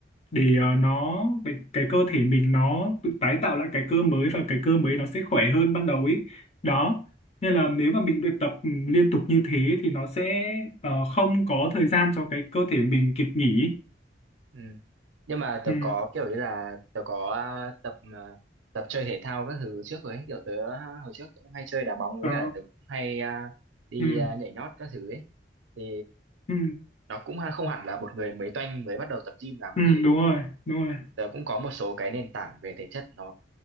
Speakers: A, on the left (about 35°); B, on the right (about 85°).
A: để ờ, nó để cái cơ thể mình nó tự tái tạo lại cái cơ mới và cái cơ mới nó sẽ khỏe hơn ban đầu ấy đó nên là nếu mà mình luyện tập ừ, liên tục như thế thì nó sẽ ờ, không có thời gian cho cái cơ thể mình kịp nghỉ
B: Ừ. Nhưng mà tớ
A: ừ.
B: có kiểu như là tớ có à, tập à, tập chơi thể thao các thứ trước rồi ấy, kiểu tớ à, hồi trước cũng hay chơi đá bóng với
A: Ờ,
B: cả tớ cũng hay à, đi
A: ừ.
B: à, nhảy nhót các thứ ấy. Thì
A: Ừ.
B: nó cũng ha- không hẳn là một người mới toanh mới bắt đầu tập gym lắm
A: Ừ.
B: thì
A: đúng rồi đúng rồi
B: tớ cũng có một số cái nền tảng về thể chất nó